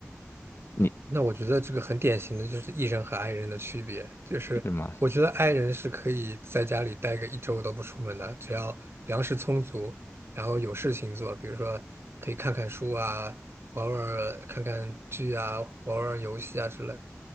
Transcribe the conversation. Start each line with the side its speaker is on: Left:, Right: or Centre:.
Left: 你
Right: 那我觉得这个很典型的就是 E 人和 I 人的区别，就是我觉得
Left: 是吗？
Right: I 人是可以在家里待个一周都不出门的，只要粮食充足，然后有事情做，比如说可以看看书啊，玩玩看看剧啊，玩玩游戏啊之类，